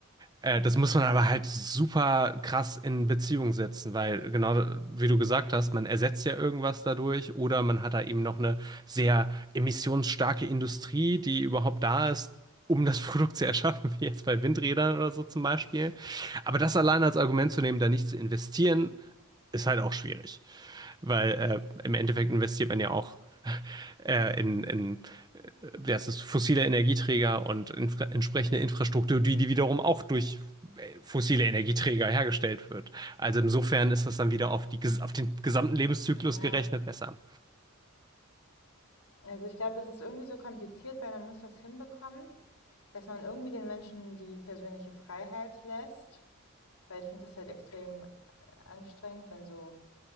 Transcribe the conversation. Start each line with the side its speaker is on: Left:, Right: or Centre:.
Right: Äh, das muss man aber halt super krass in Beziehung setzen, weil genau wie du gesagt hast, man ersetzt ja irgendwas dadurch oder man hat da eben noch eine sehr emissionsstarke Industrie, die überhaupt da ist, um das <laughs> Produkt zu erschaffen, wie jetzt bei Windrädern oder so zum Beispiel. Aber das allein als Argument zu nehmen, da nicht zu investieren, ist halt auch schwierig. Weil äh, im Endeffekt investiert man ja auch <laughs> äh, in, in äh, wie heißt es, fossile Energieträger und infra entsprechende Infrastruktur, die, die wiederum auch durch äh, fossile Energieträger hergestellt wird. Also insofern ist das dann wieder auf, die, auf den gesamten Lebenszyklus
Left: Ja,
Right: gerechnet besser.
Left: also ich glaube, das ist irgendwie so kompliziert, weil man muss das hinbekommen, dass man irgendwie den Menschen die persönliche Freiheit lässt. Weil ich finde das halt extrem anstrengend, wenn so